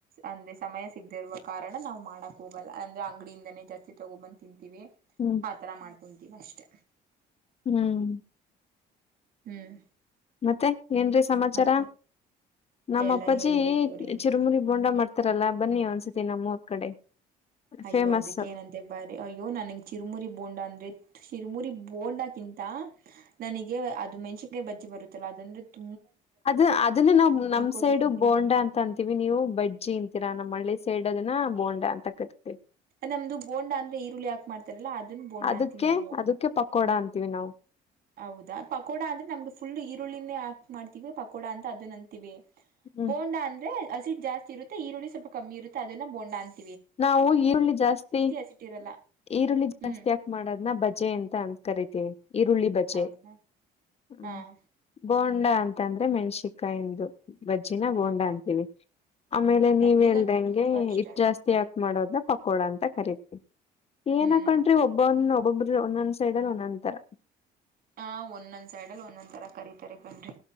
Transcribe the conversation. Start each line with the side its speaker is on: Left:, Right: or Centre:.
Right: ಅಂದೆ ಸಮಯ ಸಿಗದಿರುವ ಕಾರಣ ನಾವು ಮಾಡಕ್ ಹೋಗಲ್ಲ ಅಂದ್ರೆ ಅಂಗಡಿಯಿಂದನೇ ಜಾಸ್ತಿ ತಗೊಬಂದು ತಿಂತ
Left: ಹ್ಮ್
Right: ಆ ತರ ಮಾಡ್ಕೊಂತೀವ ಅಷ್ಟೆ
Left: ಹ್ಮ್
Right: ಹ್ಮ್
Left: ಮತ್ತೆ ಏನ್ ರೀ ಸಮಾಚಾರ
Right: ಮತ್ತೆ
Left: ನಮ್ಮ
Right: ಎಲ್ಲಾ
Left: ಅಪ್ಪಾಜಿ
Right: ಹೇಳ್ಬೇಕು ರೀ ನೀವೇ
Left: ಚಿರುಮುರಿ ಬೋಂಡಾ ಮಾಡ್ತ ಹತ್ರಲ್ಲ ಬನ್ನಿ ಒಂದ್ಸತಿ ನಮ್ಮೂರ್ ಕಡೆ
Right: ಅಯ್ಯೋ
Left: ಫೇಮಸ್
Right: ಅದಕ್ಕ ಏನಂತೆ ಬರ ಅಯ್ಯೋ ನನಗ್ ಚಿರುಮುರಿ ಬೋಂಡ ಅಂದ್ರೆ ಶಿರ್ಮುರಿ ಬೋಂಡಕಿಂತ ನನಗೆ ಅದು ಮೆಣಸನ್ಕಾಯಿ ಬಜ್ಜಿ ಬರುತ್ತೆ ಚ ಅದಂತೂ
Left: ಅದ ಅದನ್ನ ನಾವ್ ನಮ್
Right: ಕೊಟ್ಟರು
Left: ಸೈಡ್
Right: ತಿಂತೀನಿ
Left: ಬೋಂಡಾ ಅಂತ ಅಂತೀವಿ ನೀವು ಬಜ್ಜಿ ಇಂತೀರಾ ನಮ್ಮ್ ಹಳ್ಳಿ ಸೈಡ್ ದನ ಬೋಂಡ್ ಅಂತಕ್ಕದ
Right: ನಮ್ದು ಬೋಂಡಾ ಅಂದ್ರೆ ಈರುಳ್ಳಿ ಯಾಕ ಮಾಡ್ತಾರಲ್ಲ ಅದನ್ನ ಬೋಂಡಾ
Left: ಅದಕ್ಕೆ
Right: ಅಂತೀವಿ್ ನಾವು
Left: ಅದಕ್ಕೆ ಪಕೋಡ
Right: ಹ್ಮ
Left: ಅಂತೀವಿ ನಾವು
Right: ಹೌದಾ ಪಕೋಡ ಅ್ರೆಮ್ಗೆ ಫುಲ್ ಈರುಳ್ಳಿನೇ ಹಾಕ್ ಮಾಡ್ತೀವಿ ಪಕೋಡ ಅಂತ ಅದ ಅಂತೀವಿ
Left: ಹ್ಮ್
Right: ಬೋಂಡಾ ಅಂದ್ರೆ ಅಸಿಡ್ ಜಾಸ್ತಿರುತ್ತೆ ಈರುಳ್ಳ ಸ್ವಲ್ಪ ಕಮ್ಮಿ ಇರುತ್ತೆ ಅದನ್ನ ಬೋಣ್ಣ ಅಂತ
Left: ನಾವು ಈರುಳ್ಳಿ ಜಾಸ್ತಿ
Right: ಹಸಿಟ್ಟಿರಲ್ಲ
Left: ಈರುಳ್ಳಿ ಜಾಸ್ತಿ
Right: ಹ್ಞೂ
Left: ಯಾಕ್ ಮಾಡದ್ನ ಬಜ್ಜಿ ಅಂತ ಅಂತ ಕರಿತೀವಿ ಈರುಳ್ಳಿ ಬಜೆ
Right: ಹೌದಾ
Left: ಹ
Right: ಹಾಂ
Left: ಬೋಂಡ ಅಂತಂದ್ರೆ ಮೆಣ್ಸಿಕ್ ಕಾಯಂದು ಬಜ್ಜಿನ ಬೋಂಡ
Right: ಹೌದು
Left: ಅಂತೀವಿ ಆಮೇಲೆ
Right: ನನಗಂತೂ
Left: ನೀವ್ ಹೆಲ್ದಂಗೆ
Right: ತುಂಬ ಇಷ್ಟ
Left: ಇ
Right: ರೀ
Left: ಜಾಸ್ತಿ ತ್ಯ ಹಾಕಿ ಮಾಡೋಡ್ನ್ ಪಕೋಡ ಅಂತ ಕರೀತಿವಿ ಏನ್
Right: ಹ್ಞೂ
Left: ಹಾಕೊಂಡ್ರಿ ಒಬ್ಬನ್ನ ಒಬ್ ಒಬ ಒಂದೊಂದ್ ಸೈಡ್ ಅಲ್ಲಿ ಒಂದೊಂದ ತರ
Right: ಹ ಒಂದೊಂದ್ ಸೈಡ್ ಅಲ್ಲಿ ಒಂದೊಂದ್ ತರ ಕರೀತಾರೆ ಕಣ್ರಿ